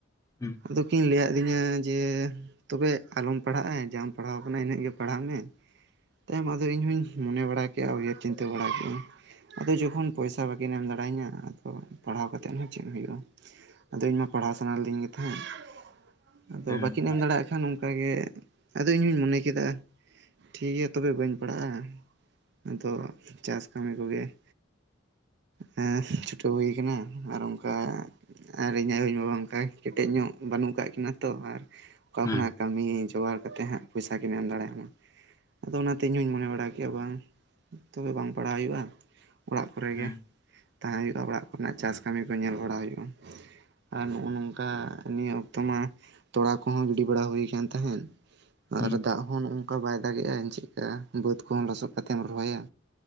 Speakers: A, on the left; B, on the right.
A: ᱦᱩᱸ
B: ᱟᱫᱚ ᱠᱤᱱ ᱞᱟᱹᱭᱟᱜ ᱫᱤᱧᱟ ᱡᱮ ᱾ ᱛᱚᱵᱮ ᱟᱞᱚᱢ ᱯᱟᱲᱦᱟᱜᱼᱟ ᱡᱟᱢ ᱯᱟᱲᱦᱟᱣ ᱠᱟᱱᱟ ᱤᱱᱟᱹᱜ ᱜᱮ ᱯᱟᱲᱦᱟᱜ ᱢᱮ ᱾ ᱛᱟᱭᱚᱢ ᱟᱫᱚ ᱤᱧᱦᱩᱧ ᱢᱚᱱᱮ ᱵᱟᱲᱟ ᱠᱮᱜ ᱼ ᱟ ᱩᱭᱦᱟᱹᱨ ᱪᱤᱱᱛᱟᱹ ᱵᱟᱲᱟ ᱠᱮᱜ ᱟᱹᱧ ᱾ ᱟᱫᱚ ᱡᱚᱠᱷᱚᱱ ᱯᱚᱭᱥᱟ ᱵᱟᱹᱠᱤᱱ ᱮᱢ ᱫᱟᱲᱮᱭᱟᱹᱧᱟᱹ ᱟᱫᱚ ᱯᱟᱲᱦᱟᱣ ᱠᱟᱛᱮᱫ ᱦᱚᱸ ᱪᱮᱫ ᱦᱩᱭᱩᱜᱼᱟ ᱾ ᱟᱫᱚ ᱤᱧ ᱢᱟ ᱯᱟᱲᱦᱟᱣ ᱥᱟᱱᱟ ᱞᱤᱫᱤᱧ ᱜᱮ ᱛᱟᱦᱮᱸᱫ ᱾ ᱟᱫᱚ
A: ᱦᱩᱸ
B: ᱵᱟᱹᱠᱤᱱ ᱮᱢ
A: ᱦᱩᱸ
B: ᱫᱟᱲᱮᱭᱟᱜ ᱠᱷᱟᱱ ᱚᱱᱠᱟᱜᱮ ᱟᱫᱚ ᱤᱧᱦᱚᱸᱧ ᱢᱚᱱᱮ ᱠᱮᱫᱟ ᱾ ᱴᱷᱤᱠ ᱜᱮᱭᱟ ᱛᱚᱵᱮ ᱵᱟᱹᱧ ᱯᱟᱲᱦᱟᱜᱼᱟ ᱟᱫᱚ ᱪᱟᱥ ᱠᱟᱹᱢᱤ ᱠᱚᱜᱮ ᱾ ᱦᱮᱸ ᱪᱷᱩᱴᱟᱹᱣ ᱦᱩᱭ ᱠᱟᱱᱟ ᱟᱨ ᱚᱱᱠᱟ ᱟᱨ ᱤᱧ ᱟᱭᱳ ᱵᱟᱵᱟ ᱚᱱᱠᱟ ᱠᱮᱴᱮᱡ ᱧᱚᱜ ᱵᱟᱹᱱᱩᱜ ᱠᱟᱜ ᱠᱤᱱᱟ ᱛᱚ ᱟᱨ ᱚᱠᱟ
A: ᱦᱩᱸ
B: ᱠᱷᱚᱱᱟᱜ ᱠᱟᱹᱢᱤ ᱡᱚᱜᱟᱲ ᱠᱟᱛᱮᱫ ᱦᱟᱸᱜ ᱯᱚᱭᱥᱟ ᱠᱤᱱ ᱮᱢ ᱫᱟᱲᱮᱭᱟ ᱟᱫᱚ ᱚᱱᱟᱛᱮ ᱤᱧᱦᱚᱸ ᱢᱚᱱᱮ ᱵᱟᱲᱟ ᱠᱮᱭᱟ ᱵᱟᱝ ᱛᱚᱵᱮ ᱵᱟᱝ ᱯᱟᱲᱦᱟᱣ ᱦᱩᱭᱩᱜ-ᱟ ᱚᱲᱟᱜ ᱠᱚᱨᱮ
A: ᱦᱩᱸ
B: ᱜᱮ ᱛᱟᱦᱮᱸ ᱦᱩᱭᱩᱜ-ᱟ ᱚᱲᱟᱜ ᱠᱚᱨᱮᱱᱟᱜ ᱪᱟᱥ ᱠᱟᱹᱢᱤ ᱠᱚ ᱧᱮᱞ ᱵᱟᱲᱟ ᱦᱩᱭᱩᱜ-ᱟ ᱟᱨ ᱱᱚᱜ-ᱚ ᱱᱚᱝᱠᱟ ᱱᱤᱭᱟᱹ ᱚᱠᱛᱚ ᱢᱟ ᱛᱚᱞᱟ ᱠᱚᱦᱚᱸ ᱜᱤᱰᱤ ᱵᱟᱲᱟ ᱦᱩᱭ ᱟᱠᱟᱱ ᱛᱟᱦᱮᱸᱱ
A: ᱦᱩᱸ
B: ᱟᱨ ᱫᱟᱜ ᱦᱚᱸ ᱱᱚᱝᱠᱟ ᱵᱟᱭ ᱫᱟᱜᱮᱜ-ᱟ ᱪᱮᱫᱠᱟ ᱵᱟᱹᱫᱽ ᱠᱚᱦᱚᱸ ᱞᱚᱥᱚᱫ ᱠᱟᱛᱮᱢ ᱨᱚᱦᱚᱭᱟ